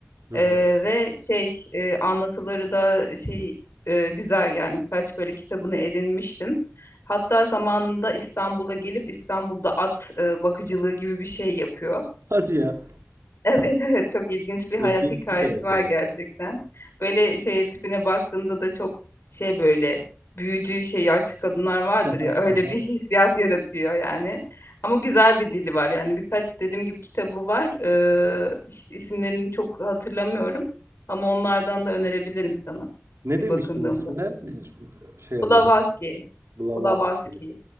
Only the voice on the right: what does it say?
Hı
hı.
Hadi ya.
İlginç
bir karakter.
Hı hı,
hı
hı.
Ne
demiştin
ismine? Bir Şey
alayım. Blavatsky.